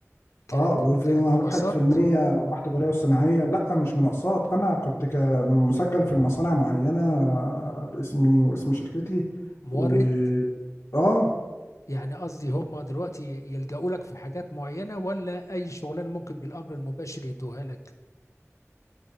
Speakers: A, on the left; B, on the left.
A: كانت
B: اه وفي
A: كانت
B: مع
A: مرقصات
B: واحد في المية أرباح تجارية والصناعية لا مش مناقصات أنا كنت ك- مسجل في المصانع معينة باسمي واسم شركتي
A: مورد
B: و اه
A: يعني قصدي هم دلوقتي يلجأوا لك في حاجات معينة ولا أي شغلانة ممكن بالأمر المباشر يدوها لك؟